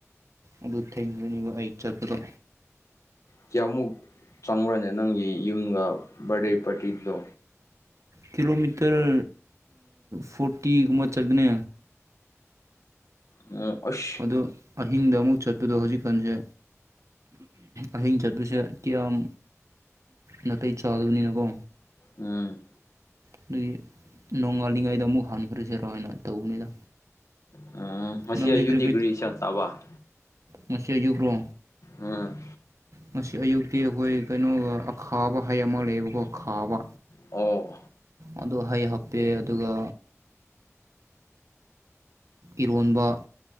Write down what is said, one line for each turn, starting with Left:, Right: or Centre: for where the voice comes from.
Right: ꯑꯗꯨ ꯊꯦꯡꯌꯨꯅꯤ ꯑꯩ ꯆꯠ꯭ꯔꯣ
Left: ꯀꯌꯥꯃꯨꯛ ꯆꯪꯉꯨꯔꯅꯤ ꯅꯪꯒꯤ ꯌꯨꯝꯒ ꯕꯥꯔꯗꯦ ꯄꯥꯔꯇꯤꯗꯣ
Right: ꯀꯤꯂꯣꯃꯤꯇꯔ ꯐꯣꯔꯇꯤꯒꯨꯝꯕ ꯆꯠꯒꯅꯦ
Left: ꯎꯝ ꯑꯣꯁ
Right: ꯑꯗꯣ ꯑꯍꯤꯡꯗ ꯑꯃꯨꯛ ꯆꯠꯄꯗꯣ ꯍꯧꯖꯤꯛꯀꯥꯟꯁꯦ ꯑꯍꯤꯡ ꯆꯠꯄꯁꯦ ꯀꯌꯥꯝ ꯅꯥꯇꯩ ꯆꯥꯗꯕꯅꯤꯅꯀꯣ
Left: ꯎꯝ
Right: ꯑꯗꯨꯒꯤ ꯅꯣꯡꯉꯥꯜꯂꯤꯉꯩꯗ ꯑꯃꯨꯛ ꯍꯥꯡꯅꯈ꯭ꯔꯁꯤꯔꯣ ꯍꯥꯏꯅ ꯇꯧꯕꯅꯤꯗ
Left: ꯎꯝ ꯃꯁꯤ
Right: ꯂꯪꯔꯤ
Left: ꯑꯌꯨ
Right: ꯀꯔꯤꯀ
Left: ꯗꯤꯒ꯭ꯔꯤꯁꯟ ꯇꯥꯕ
Right: ꯃꯁ ꯆꯩ ꯌꯨ꯭ꯔꯣ
Left: ꯎꯝ
Right: ꯉꯁꯤ ꯑꯌꯨꯛꯇꯤ ꯑꯩꯈꯣꯏ ꯀꯩꯅꯣꯒ ꯑꯈꯥꯕ ꯍꯩ ꯑꯃ ꯂꯩꯌꯦꯕꯀꯣ ꯑꯈꯥꯕ
Left: ꯑꯣ
Right: ꯑꯗꯨ ꯍꯩ ꯍꯥꯞꯄꯦ ꯑꯗꯨꯒ ꯏꯔꯣꯟꯕ